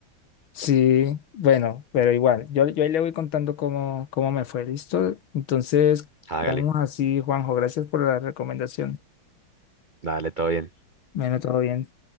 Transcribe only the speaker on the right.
hágale,
dale, todo bien.